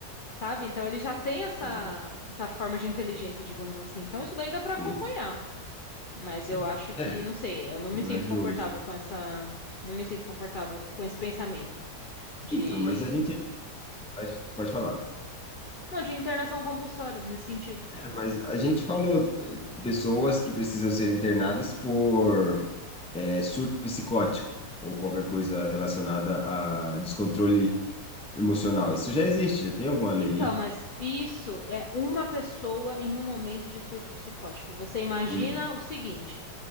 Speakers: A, on the left; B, in the centre.
A: sabe? Então ele já tem essa,
B: Sim,
A: essa forma de inteligência, digamos assim. Então isso daí dá pra acompanhar,
B: sim,
A: mas
B: sim.
A: eu acho que,
B: É,
A: não sei, eu não me
B: não
A: sinto
B: é de
A: confortável
B: hoje.
A: com essa, não me sinto confortável com esse pensamento de,
B: Então, mas a gente a gen- pode falar.
A: não, de internação compulsória nesse sentido.
B: É, mas a gente falou eh, pessoas que precisam ser internadas por é, surto psicótico ou qualquer coisa relacionada a descontrole emocional. Isso já existe, já tem alguma lei.
A: Então, mas isso é uma pessoa em um momento de surto psicótico. Você imagina
B: Uhum.
A: o seguinte: